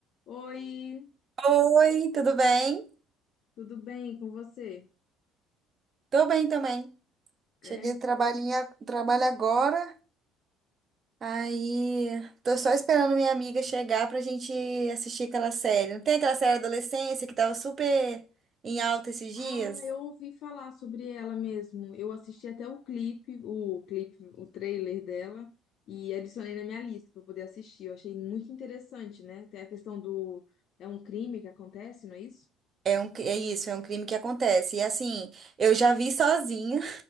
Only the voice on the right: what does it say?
Oi, tudo bem?
Tô bem também. Cheguei
do trabalhinho, trabalho agora, aí tô só esperando minha amiga chegar pra gente assistir aquela série. Não tem aquela série Adolescência que tava super em alta esses dias?
É um, cri- é isso, é um crime que acontece. E assim, eu já vi sozinha.